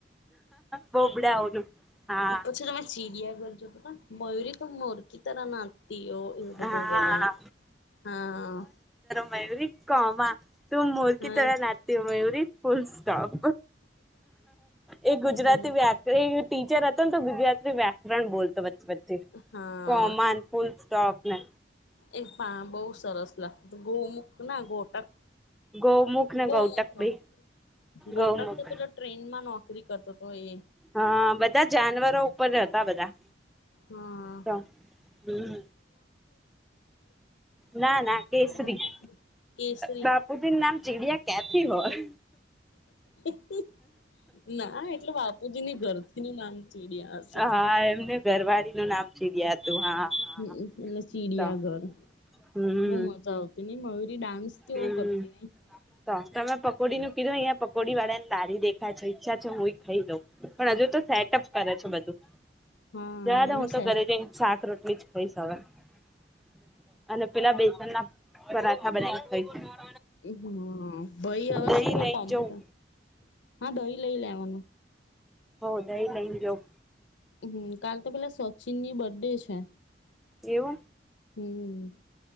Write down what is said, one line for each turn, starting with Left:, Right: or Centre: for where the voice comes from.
Centre: બોબડાઓનું હા
Left: પછી તમે ચીડિયા ઘરજો બ મયુરી તો મોરકી <unintelligible> ના. ત એ
Centre: હા
Left: તો બલ હા
Centre: મયૂરી કોમા તું મોરકીી
Left: હા
Centre: તડા લતી હો મયૂરી ફુલ સ્ટોપ એ ગુજરાતી
Left: હમ
Centre: વ્યાકરણ ટીચર હતા તો બીધયાત વ્યાકરણ બોલતો વચ્ચે વચ્ચે
Left: હા
Centre: કોમન ફૂલ સોપ ને
Left: એ પા બહુ સરસ લાગતી ગૌમુખ ના ગોટક
Centre: ગૌમુખ ને
Left: ગોમ
Centre: ગૌટક
Left: <unintelligible>
Centre: બે
Left: ગોટક
Centre: ગૌમુખ
Left: તો પેલા ટ્રેન માં <unintelligible> <unintelligible> કરતો તો એ.
Centre: હા બધા જાનવરો ઉપર હતા બધા.
Left: હા.
Centre: તો હમ ના ના કેસરી
Left: ના કેસરી
Centre: બાપુજી નામ ચીડિયા ક્યાંથી હોય.
Left: <inaudible> ના એટલે બાપુજીની ઘરથી ન નામ ચીડ્યા હશે.
Centre: હા એમને ઘરવાળી નું નામ ચીડિયા હતું હા હા
Left: હમ એટલે ચીડિયાઘર.
Centre: તો હમ
Left: બહુ મજા આવતી નહ મયુરી ડાન્સ <unintelligible>
Centre: હમ
Left: કરતી નહ.
Centre: તો તમે પકોડી નું કીધું અહીંયા પકોડી વાળા ને તારી દેખાય છે ઈચ્છા છે, હું એ ખાઈ દઉં પણ હજુ તો સેટઅપ કરે <unintelligible> બધું.
Left: હા
Centre: <unintelligible>
Left: અને
Centre: હું તો
Left: સેટ
Centre: ઘરે <unintelligible> શાક રોટી. <unintelligible> અને પેલા બેસન ના પરાઠા બનાવી ખઈશ.
Left: હા <unintelligible>
Centre: દહી
Left: છે, <unintelligible>
Centre: લઈને
Left: કોમ્પ્યુટર.
Centre: જઉં
Left: હા દહી લઈ લેવાનું.
Centre: <inaudible> જો.
Left: હ કાલ તો પેલા સચિન ની બર્ડે છે.
Centre: એવું.
Left: હમ.